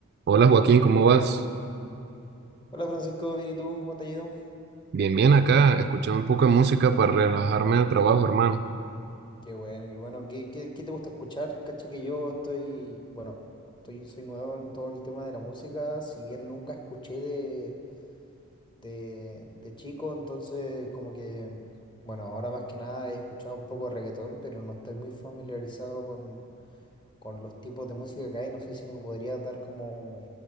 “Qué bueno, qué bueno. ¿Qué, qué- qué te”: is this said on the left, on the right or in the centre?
Left